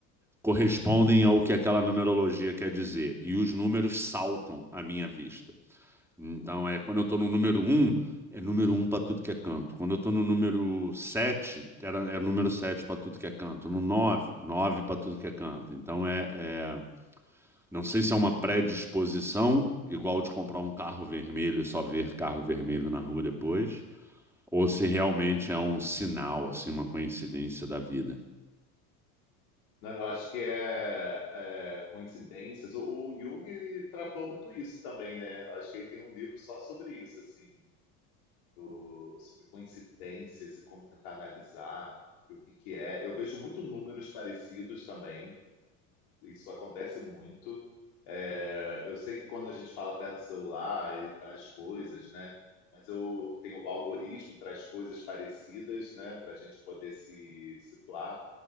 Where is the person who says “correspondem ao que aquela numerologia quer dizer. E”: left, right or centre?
Centre